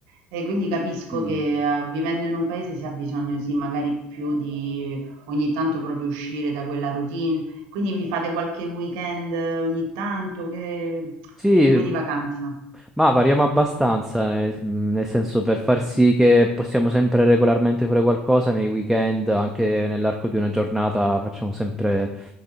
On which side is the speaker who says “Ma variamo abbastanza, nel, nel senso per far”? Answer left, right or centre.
Centre